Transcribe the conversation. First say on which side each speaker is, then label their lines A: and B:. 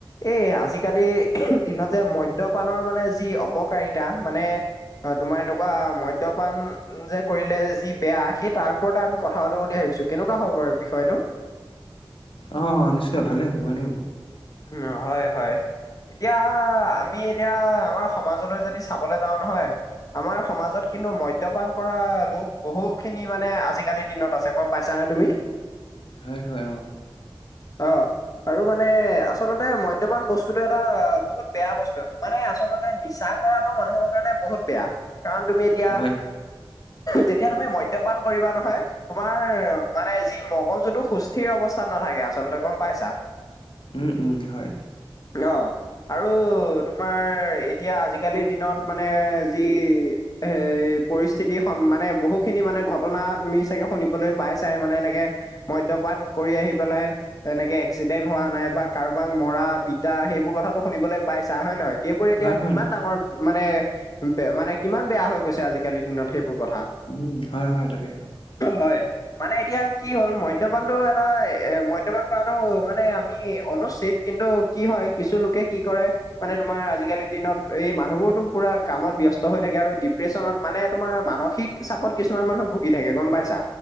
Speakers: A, on the left (about 40°); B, on the left (about 75°).
A: এই আজিকালিৰ দিনত যে, মদ্যপানৰ মানে যি অপকাৰিতা মানে অ', তোমাৰ এনেকুৱা মদ্যপান যে কৰিলে যি বেয়া, সেই তাৰ ওপৰতে আমি কথা পাতোঁ বুলি ভাবিছোঁ। কেনেকুৱা হ'ব বাৰু বিষয়টো?
B: অ', অ', নিশ্চয় ভালে হ'ব, ভালে হ'ব।
A: উম্, হয় হয়। এতিয়া, আমি এতিয়া আমাৰ সমাজলৈ যদি চাবলৈ যাওঁ নহয় আমাৰ সমাজত কিন্তু মদ্যপান কৰা লোক বহু খিনি মানে আজিকালি দিনত আছে, গম পাইছানে তুমি?
B: হয় হয়, অ'।
A: অ', আৰু মানে আচলতে মদ্যপান বস্তুতটো এটা বহুত বেয়া বস্তু মানে আচলতে নিচা কৰাটো মানুহৰ কাৰণে বহুত বেয়া কাৰণ তুমি এতিয়া
B: হয় হয়।
A: যেতিয়া তুমি মদ্যপান কৰিবা নহয় তোমাৰ মানে যি মগজুতো সুস্থিৰ অৱস্থাত নাথাকে আচলতে গম পাইছা?
B: উম উম হয়।
A: অ আৰু তোমাৰ এতিয়া আজিকালিৰ দিনত মানে যি এ পৰিস্থিতি মানে বহুখিনি মানে ঘটনা তুমি চাগে শুনিবলৈ পাইছাই মানে এনেকে মদ্যপান কৰি আহি পেলাই তেনেকে এক্সিডেন্ট হোৱা নাই বা কাৰোবাক মৰা পিতা সেইবোৰ কথাাতটো শুনিবলৈ পাইছা হয় নে নহয় সেইবোৰ এতিয়া
B: হয় হয়
A: কিমান ডাঙৰ‌ মানে মানে কিমান বেয়া হৈ গৈছে আজিকালিৰ দিনত সেইবোৰ কথা।
B: উম হয় হয় তাকে।
A: হয় মানে এতিয়া কি হ'ল মদ্যপানটো এটা এ মদ্যপান কৰাতটো মানে আমি চীত কিন্তু কি হয় কিছু লোকে কি কৰে মানে তোমাৰ আজিকালিৰ দিনত এই মানুহবোৰতো পুৰা কামত ব্যস্ত হৈ থাকে আৰু ডিপ্ৰেশচনত মানে তোমাৰ মানসিক চাপত কিছুমান মানুহ ভুগি থাকে গম পাইছা?